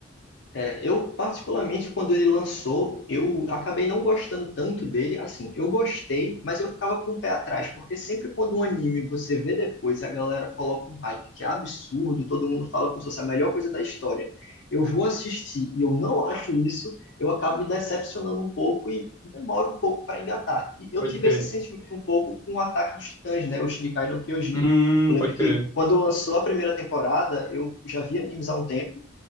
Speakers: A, on the left; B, on the left.
A: É, eu, particularmente, quando ele lançou, eu acabei não gostando tanto dele. Assim, eu gostei, mas eu ficava com o pé atrás, porque sempre quando um anime você vê depois, a galera coloca um hype que é absurdo, todo mundo fala como se fosse a melhor coisa da história. Eu vou assistir e eu não acho isso, eu acabo me decepcionando um pouco e demoro um pouco para engatar. E eu
B: Pode
A: tive
B: crer.
A: esse sentimento um pouco com o Ataque dos Titãs, né? O Shingeki no Kyojin.
B: Hum,
A: Eu lembro
B: pode
A: que
B: crer.
A: quando lançou a primeira temporada, eu já vi animes há um tempo.